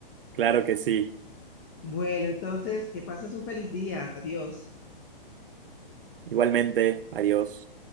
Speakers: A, on the right; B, on the left.
A: Claro que sí.
B: Bueno, entonces, que pases un feliz día, adiós.
A: Igualmente, adiós.